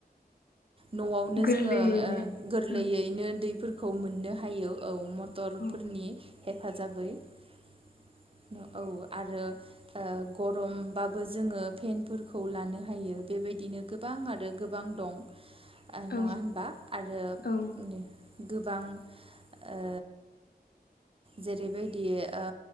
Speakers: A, on the right; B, on the left.
A: न'आवनो
B: गोरलैयैनो
A: जोङो ओ गोरलैयैनो
B: ओं
A: दैफोर खौ मोननो हायो औ मथ टरफोरनि।
B: औ
A: हेफाजाबै औ आरो ओ। गरमबाबो जोङो फेनफोरखौ लानो हायो बेबायदिनो गोबां आरो गोबां दं। ओ
B: औ
A: नङा होनबा आरो उमनि
B: औ
A: गोबां ओ जेरैबायदि ओ